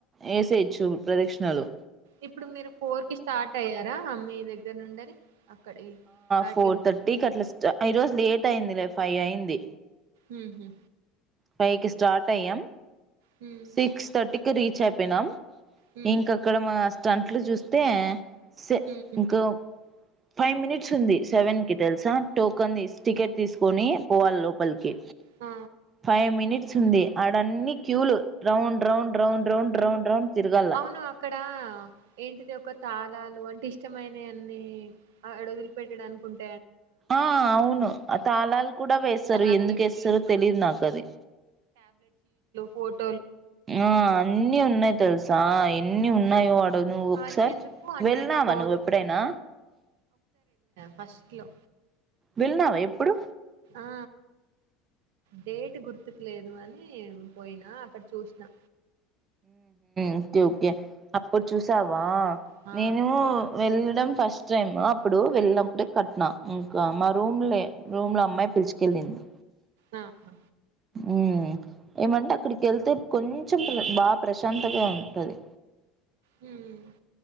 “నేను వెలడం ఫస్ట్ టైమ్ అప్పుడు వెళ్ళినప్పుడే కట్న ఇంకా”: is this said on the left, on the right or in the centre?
Right